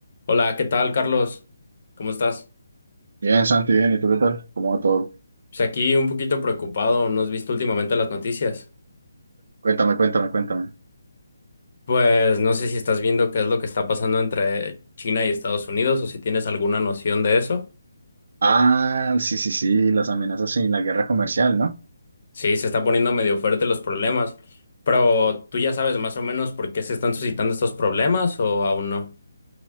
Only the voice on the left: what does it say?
Hola, ¿qué tal, Carlos? ¿Cómo estás?
Pues aquí un poquito preocupado, ¿no has visto últimamente las noticias?
Pues no sé si estás viendo qué es lo que está pasando entre China y Estados Unidos o si tienes alguna noción de eso.
Sí, se está poniendo medio fuerte los problemas, pero ¿tú ya sabes más o menos por qué se están suscitando estos problemas o aún no?